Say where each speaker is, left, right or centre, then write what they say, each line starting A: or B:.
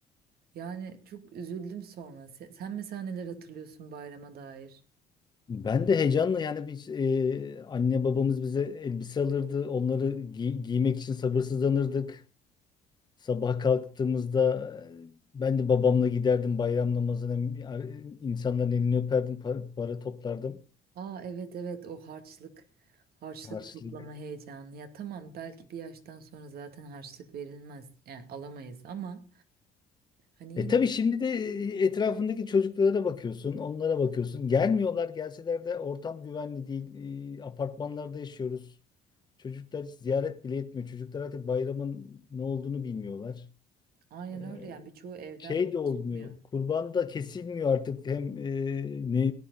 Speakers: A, on the right; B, on the left.
A: Yani çok üzüldüm sonra. Sen, sen mesela neler hatırlıyorsun bayrama dair?
B: Ben de heyecanla yani biz e, anne babamız bize elbise alırdı. Onları gi- giymek için sabırsızlanırdık. Sabah kalktığımızda e, ben de babamla giderdim bayram namazına. e, insanların elini öperdim, para, para toplardım.
A: Aa evet evet o harçlık, harçlık
B: Harçlık.
A: toplama heyecanı. Ya tamam belki bir yaştan sonra zaten harçlık verilmez. Yani alamayız ama hani
B: E
A: yine
B: tabii şimdi de etrafındaki çocuklara bakıyorsun, onlara bakıyorsun. Gelmiyorlar, gelseler de ortam güvenli değil. E, apartmanlarda yaşıyoruz. Çocuklar hiç ziyaret bile etmiyor. Çocuklar artık bayramın ne olduğunu bilmiyorlar.
A: aynen
B: E,
A: öyle yani birçoğu evden
B: şey
A: bile
B: de olmuyor.
A: çıkmıyor.
B: Kurban da kesilmiyor artık. Hem e, ne,